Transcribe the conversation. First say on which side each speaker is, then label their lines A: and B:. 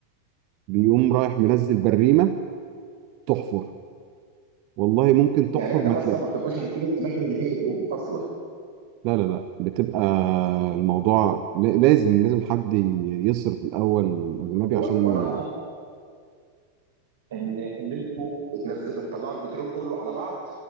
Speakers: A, on the right; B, on the right.
A: بيقوم رايح منزل بريمة تحفر والله ممكن تحفر
B: يعني انت
A: ما
B: اصلا
A: تلاقي
B: ما بتبقاش عارفين الاماكن اللي فيها بترول اصلا
A: لا لا لا بتبقى الموضوع ل- لازم لازم حد ي- يصرف الأول أجنبي
B: و...
A: عشان
B: وانا ان ان انتوا بتنزل بتطلعوا البترول كله على بعض